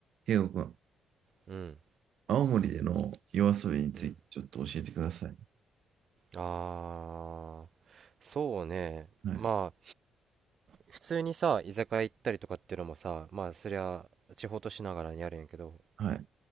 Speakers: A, on the right; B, on the right.
A: ケイゴくん、
B: うん、
A: 青森での夜遊びについてちょっと教えてください。
B: うん。ああ、そうね。
A: はい、
B: まあ、普通にさ、居酒屋行ったりとかっていうのもさ、まあ、そりゃ、地方都市ながらにあるんやけど、
A: はい、